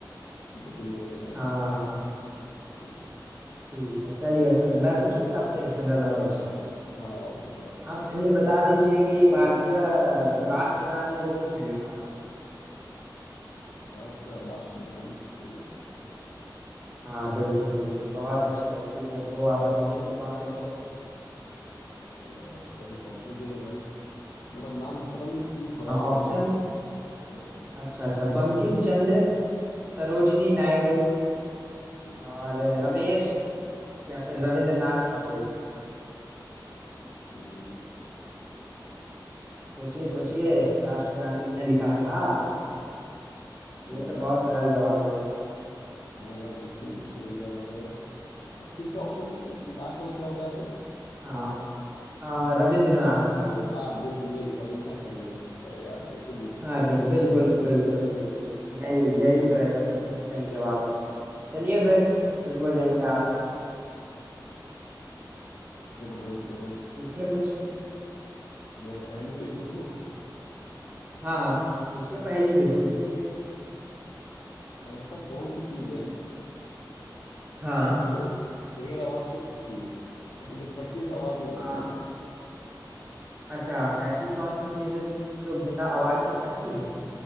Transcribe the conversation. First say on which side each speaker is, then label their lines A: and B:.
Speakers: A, on the left (about 80°); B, on the right (about 25°).
A: दो तीन महीने का टाइम
B: हाँ
A: लग गया था हम्म,
B: ठीक है चलिए फिर मैं पूछूं कि आपसे एक जनरल नॉलेज
A: हाँ हाँ अब आप पूछो आप
B: आप चलिए बता दीजिए कि भारतीय का जो राष्ट्रगान है वो किसने लिखा था
A: भारत का राष्ट्रगान किसने लिखा था
B: हाँ बिल्कुल बिल्कुल बहुत अच्छे व्यक्ति थे वो आप बताइए फिर कौन थे वो
A: अरे यार थोड़ा कुछ ऑप्शंस दे दो भाई मतलब नाम पता नहीं स्लिप हो रहा है मेरे
B: ऑप्शन
A: माइंड से हाँ
B: अच्छा अच्छा बंकिम चंद्र सरोजिनी नायडू
A: हम्म,
B: और रमेश या फिर रविंद्रनाथ ठाकुर
A: हम्म,
B: सोचिए सोचिए राष्ट्रगान किसने लिखा था
A: अरे
B: ये
A: यार
B: तो बहुत सरल जवाब है इसका
A: हाँ यार बिल्कुल सरल जवाब है हाँ, फिर से ऑप्शन लास्ट वाला क्या बताए थे
B: हाँ अ, रविंद्रनाथ ठाकुर
A: हाँ बिल्कुल यही रविंद्रनाथ टैगोर अरे यार कैसे भूल सकता
B: अरे
A: हूँ
B: बिल्कुल
A: मैं
B: बिल्कुल
A: <laughs>
B: बिल्कुल यही यही तो ऐसा सही जवाब है चलिए
A: हाँ,
B: फिर शुरू हो
A: बहुत
B: जाइए
A: बड़े
B: आप
A: आप चलो भाई तो
B: पूछिए कुछ
A: मैं पहली कोई पूछूं
B: हाँ हाँ पूछिए पहेली बिल्कुल पूछिए
A: ऐसा कौन सी चीज है
B: हाँ
A: जो बगैर आवाज की फटती है मतलब जब फटती है तो आवाज नहीं करती
B: अ,
A: है वो
B: अच्छा ऐसी कौन सी चीज़ है जो बिना आवाज के फटती है